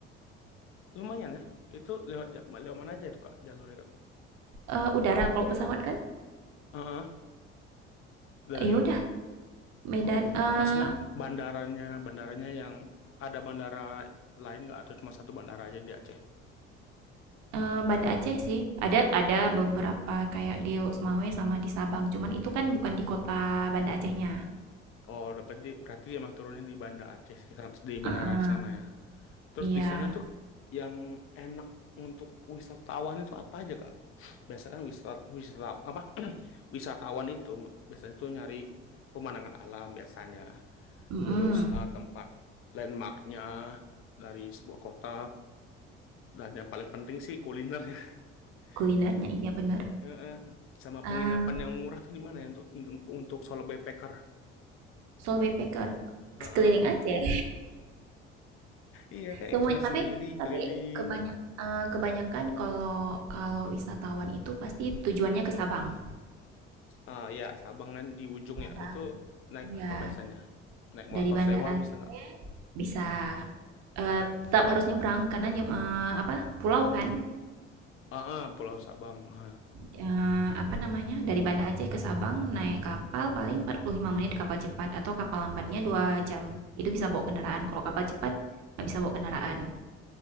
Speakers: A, on the left (about 45°); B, on the right (about 60°).
A: Lumayan ya. Itu lewat ja, lewat mana aja tuh kak jalurnya kak?
B: eee, udara kalau pesawat kan?
A: Heeh, dari
B: Ya udah Medan
A: Mak-
B: eee
A: Maksudnya bandaranya, bandaranya yang ada bandara lain nggak atau cuma satu bandara aja di Aceh?
B: eee, Banda Aceh sih. Ada ada beberapa kayak di Lok sama di Sabang, cuman itu kan bukan di kota Banda Acehnya.
A: Oh, dapat di, berarti emang turunnya di Banda Aceh sih, sam- di bandara
B: Heeh,
A: sana ya. Terus
B: iya,
A: di sana tuh yang enak untuk wisatawan itu apa aja, Kak? Biasanya kan wisata, wisata apa? <clears throat> wisatawan itu biasanya tuh nyari pemandangan alam biasanya.
B: mhm,
A: Terus eh, tempat landmarknya dari sebuah kota dan yang paling penting sih kulinernya. <laughs>
B: kulinernya iya bener.
A: Eh, eh. Sama
B: Eee,
A: penginapan yang murah tuh di mana ya untuk untuk, untuk solo backpacker?
B: Soul Backpacker,
A: Eh,
B: sekeliling
A: eh.
B: Aceh.
A: Iya kayak
B: semua
A: cuma
B: tapi
A: sendiri
B: tapi
A: keliling.
B: kebanyak eh, kebanyakan kalau kalau wisatawan itu pasti tujuannya ke Sabang.
A: Ah ya Sabang kan di ujung
B: Sabang.
A: ya itu naik
B: Iya,
A: apa biasanya? Naik
B: dari
A: motor
B: Banda
A: sewa
B: Aceh
A: bisa nggak?
B: bisa eh, tetap harus nyebrang karena nye- eh, apa? Pulau kan.
A: Ah ah, Pulau Sabang. Ah.
B: Eh, apa namanya? Dari Banda Aceh ke Sabang naik kapal paling 45 menit kapal cepat atau kapal lambatnya 2 jam. Itu bisa bawa kendaraan. Kalau kapal cepat nggak bisa bawa kendaraan.